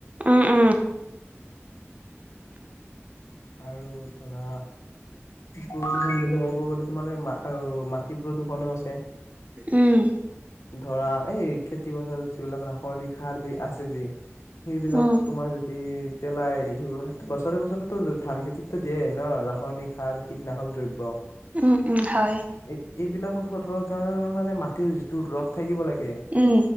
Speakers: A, on the right; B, on the left.
A: উম উম
B: আৰু ধৰা প্ৰদূষণ বুলি ক'ব গলে তোমাৰ এই মা- আৰু মাটি প্ৰদূৰ্ষণো আছে।
A: উম
B: ধৰা এই খেতি পথাৰত যিবিলাক ৰাসায়নিক সাৰ বি আছে যি সেইবিলাক
A: উম
B: তোমাৰ যদি পেলাই এইবোৰত বছৰে বছৰে টো ধান খেতিতো দিয়ে ন ৰাসায়নিক সাৰ, কীটনাশক দ্ৰব্য
A: উম হয়
B: এই এইবিলাকৰ ফলৰ কাৰণে মানে মাটিৰ থাকিব লাগে।
A: উম